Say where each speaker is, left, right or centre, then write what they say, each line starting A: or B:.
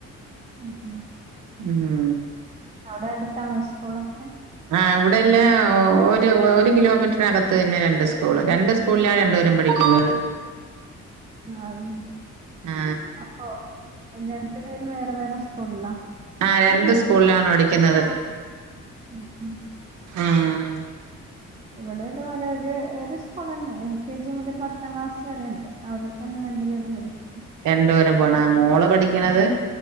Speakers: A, on the right (about 20°); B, on the right (about 75°).
A: മ് മ്
B: ഉമ്
A: അവിടെ അടുത്താണൊ സ്കൂളോക്കെ
B: ആ ഇവിടെല്ല ഒരു ഒരു കിലോമീറ്റർ അകത്ത് തന്നെ രണ്ട് സ്കൂള് രണ്ട് സ്കൂളിലാ രണ്ടുപേരും പഠിക്കുന്നത്
A: ആഹ്
B: ആ
A: അപ്പൊ രണ്ടു പേരും വേറെ വേറെ സ്കു കൊള്ളാം
B: ആ രണ്ട് സ്കൂളിലാണ് പഠിക്കുന്നത്
A: മ് മ്
B: ഉമ്
A: ഇവിടെതുപോലെ ഒരു ഒരു സ്കൂൾ തന്നെ എൽകെജി മുതൽ പത്താം ക്ലാസ് വരെ ഉണ്ട് അവിടെത്തന്നെ രണ്ടു പേരും പഠിക്കു-
B: രണ്ടപോരം പോണ മോള് പഠി- ക്കണത്